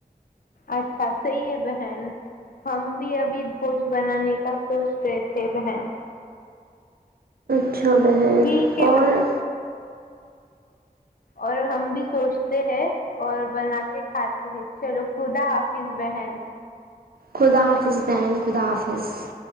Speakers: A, on the left; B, on the right.
A: اچھا صحیح ہے بہن ہم بھی ابھی گھوش بنانے کا سوچ رہے تھے بہن
B: اھا بہیں
A: ٹھیک ہے
B: اور <inaudible>
A: اور ہم بھی سوچتے ہیں اور بنا کے کھاتے ہیں چلو خدا حافظ بہن
B: خدا حافظ بین خدا حافظ